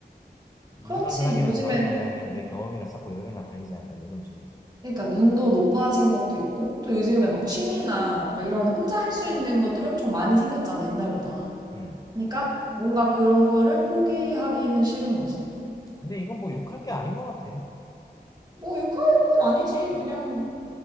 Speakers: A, on the left (about 20°); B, on the right (about 25°).
A: 이런
B: 그렇지.
A: 사람이랑
B: 요즘엔,
A: 결혼할 바에야 그냥 내 경험이나 쌓고 여행이나 다니자 약간 이런 식으로.
B: 그러니까 눈도 높아진 것도 있고, 또 요즘에 막 취미나 막 이런 혼자 할 수 있는 것들이 엄청 많이 생겼잖아, 옛날보다.
A: 음.
B: 그러니까 뭔가 그런 거를 포기하기는 싫은 거지.
A: 근데 이건 뭐 욕할 게 아닌 것 같아.
B: 뭐 욕할 건 아니지. 그냥